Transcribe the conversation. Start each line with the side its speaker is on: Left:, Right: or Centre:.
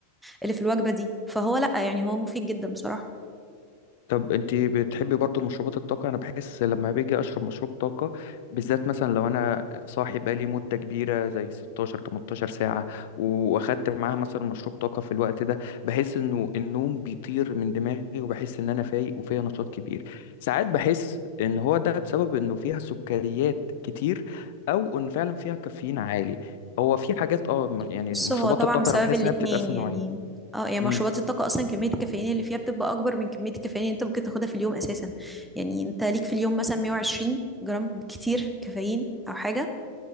Centre: اللي في الوجبه دي فهو لا يعني هو مفيد جدا بصراحه
Left: طب انت بتحبي برضو المشروبات الطاقة انا بحس لما باجي اشرب مشروب طاقة بالذات مثلا لو انا صاحي بقالي مدة كبيرة زي 16 18 ساعة واخدت معاها مثلا مشروب طاقة في الوقت ده بحس انه النوم بيطير من دماغي وبحس ان انا فايق وفيا نشاط كبير ساعات بحس ان هو ده بسبب انه فيها سكريات كتير او ان فعلا فيها كافيين عالي هو في حاجات اه يعني
Centre: بص
Left: مشروبات
Centre: هو طبعا
Left: الطاقة
Centre: بسبب
Left: انا بحس
Centre: الاتنين
Left: انها بتتقسم
Centre: يعني
Left: نوعين
Centre: اه يعني
Left: امم
Centre: مشروبات الطاقة أصلا كمية الكافيين اللي فيها بتبقى أكبر من كمية الكافيين اللي أنت ممكن تاخدها في اليوم أساسا يعني أنت ليك في اليوم مثلا 120 جرام كتير كافيين أو حاجة